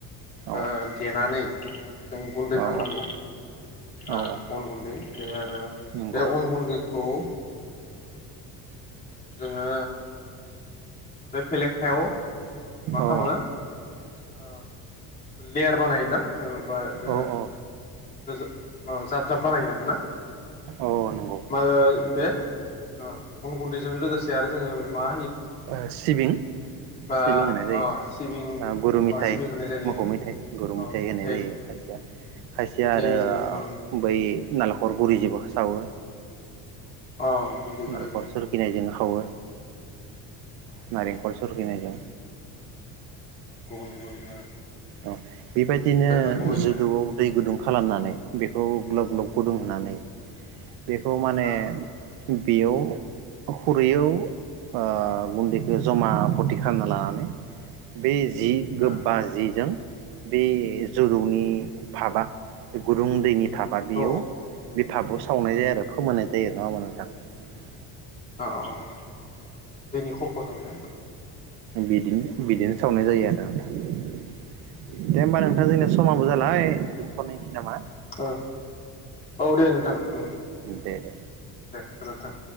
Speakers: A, on the right; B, on the left.
A: औ
B: ओ देनानै जों गुन्दै
A: औ
B: खालामनांगौ ओ
A: औ औ
B: अन गुन्दै दे आरो
A: नंगौ
B: बे अन गुन्दैखौ ओ जोङो बे फेलेखायाव मा खालामो
A: औ
B: ओ लेयार बानायो ना ओ बा ओ
A: औ औ
B: होजो अ जाफ जाफ बानायो आरोना।
A: औ नंगौ नोंथां।
B: माबे बे ओ अन गुन्दैजों लोगोसे आरो जोङो मा
A: अ सिबिं
B: बा
A: सिबिं होनाय जायो
B: अ सिबिं
A: गुरु मेथाइ
B: अ सिबिं होनाय जायो
A: मोसौ मेथाइ गुरु
B: अ
A: मेथाइ
B: मिथाइ
A: होनाय जायो खायसेया खायसे इया
B: मिथाइ
A: आरो
B: होनाय जायो अ
A: बै ओ नालेंखर गुरि जोबो सावो।
B: औ गुन्दै
A: नालेंखर
B: बो होयो
A: सरखिनायजों खावो
B: अ अ
A: नारेंखल सरखिनायजों
B: गुबुन गुबुन अ ओ
A: ओ बेबायदिनो
B: जिरादफोरखौ होयो
A: जुदुआव दै गुदुं खालामनानै बेखौ ग्लब ग्लब गुदुं होनानै
B: औ
A: बेखौ माने
B: औ
A: बेयाव खुरैयाव ओ गुन्दैखौ जमा फथि खालामना लानानै बे जि गोबा
B: ओ औ
A: जि जों बे जौदौनि फाब गुरुं <unintelligible> थाबा बेयाव
B: औ
A: बिफाबाव सावनाय जायो आरो फोमोननाय जायो। नङा होनबा नोंथां थां
B: अ अ अ दैनि खफ' जोंनो
A: बिदिनो बिदिनो सावनाय जायो आरो दे होमबा नोंथां जोंनिया समावाबो जाला बाइ दोनथ'निसै नामा
B: ओ औ दे नोंथां ओ
A: दे दे
B: दे गोजोनथों।